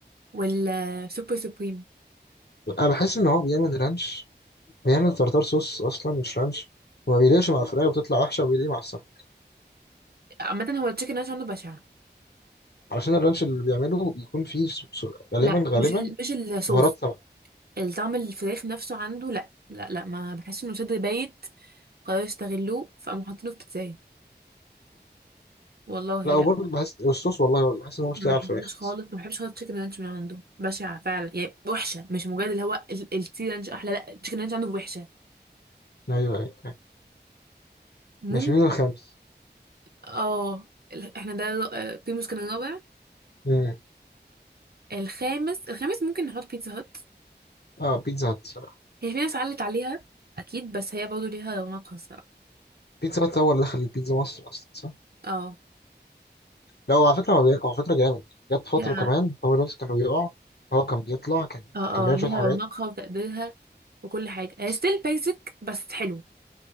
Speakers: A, on the right (about 60°); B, on the left (about 65°).
A: والسوبر سوبريم
B: أنا بحس إن هو بيعمل رانش بيعمل تارتار صوص أصلا مش رانش وما بيليقش مع الفراخ بتطلع وحشة وبيليق مع السمك
A: عامة هو التشيكن رانش عنده بشعة
B: علشان الرانش اللي بيعمله بيكون فيه س- س- غالبا
A: لا
B: غالبا
A: مش ال- مش الصوص
B: بهارات سمك
A: الطعم الفراخ نفسه عنده لا لا لا ما بحس انه صدر بايت قرروا يستغلوه فقاموا حاطينه في بيتزاية والله
B: لا
A: لا
B: وبرضه
A: ما
B: بحس أسطوس والله بحس إن هو مش
A: ما
B: لاقي
A: بحبوش
B: على الفراخ
A: خالص
B: بس
A: ما بحبش خالص تشيكن رانش من عنده بشعة فعلا يعني وحشة مش مجرد اللي هو ال- التي رانش احلى لا التشيكن رانش عنده وحشة
B: أيوه أيوه فاهم.
A: ممكن
B: ماشي مين الخامس؟
A: اه ال- احنا ده الر- آه، بيموس كان الرابع
B: مم.
A: الخامس الخامس ممكن نحط بيتزا هات
B: آه بيتزا هات الصراحة
A: هي في ناس علت عليها اكيد بس هي برضه ليها رونقها الصراحة
B: بيتزا هات هو اللي دخل البيتزا مصر أصلا صح؟
A: اه
B: لا هو على فكرة هو بي- هو على فكرة جامد جت فترة
A: ليها
B: كمان هو نفسه كان بيقع هو كان بيطلع كان
A: اه
B: كان بيعمل
A: اه ليها
B: شوية حاجات
A: رونقها وتقديرها وكل حاجة هي
B: بس
A: ستيل بيزك بس حلوة